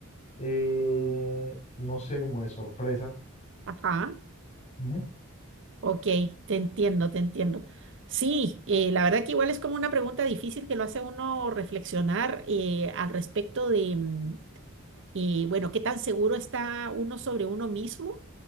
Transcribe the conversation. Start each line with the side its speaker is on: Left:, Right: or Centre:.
Left: eh, no sé, como de sorpresa.
Right: ajá.
Left: Ujú,
Right: Ok, te entiendo, te entiendo. Sí, eh, la verdad que igual es como una pregunta difícil que lo hace a uno reflexionar eh, al respecto de, mm, eh, bueno, qué tan seguro está uno sobre uno mismo